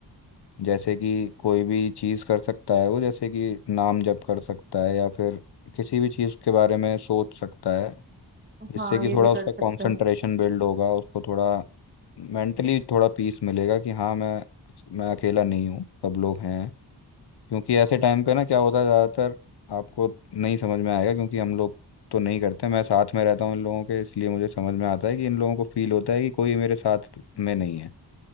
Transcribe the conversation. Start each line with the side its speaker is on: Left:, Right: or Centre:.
Left: जैसे कि कोई भी चीज़ कर सकता है वो जैसे कि नाम जप कर सकता है या फिर किसी भी चीज़ के बारे में सोच सकता है जिससे
Right: हाँ
Left: कि
Right: ये
Left: थोड़ा
Right: भी कर
Left: उसका
Right: सकते
Left: कंसंट्रेशन
Right: हैं
Left: बिल्ड होगा उसको थोड़ा मेंटली थोड़ा पीस मिलेगा कि हाँ मैं मैं अकेला नहीं हूँ सब लोग हैं क्योंकि ऐसे टाइम पे ना क्या होता है ज़्यादातर आपको नहीं समझ में आएगा क्योंकि हम लोग तो नहीं करते मैं साथ में रहता हूँ इन लोगों के इसलिए मुझे समझ में आता है कि इन लोगों को फील होता है कि कोई मेरे साथ में नहीं है